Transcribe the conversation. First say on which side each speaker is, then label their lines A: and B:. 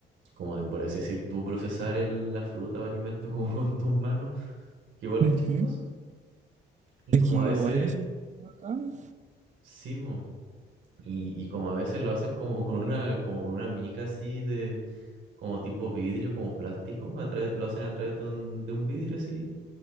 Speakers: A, on the right; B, on the right.
A: como de por así decir, tú procesar el- la fruta o alimento <laughs> como con tus manos, que igual
B: Ujú.
A: es chistoso. Y
B: Es
A: como
B: que igual
A: a veces,
B: eso está bacán.
A: Sí, po. Y, y como a veces lo hacen como con una, como con una mica así de, como tipo vidrio, como plástico, a través- lo hacen a través de un, de un vidrio así,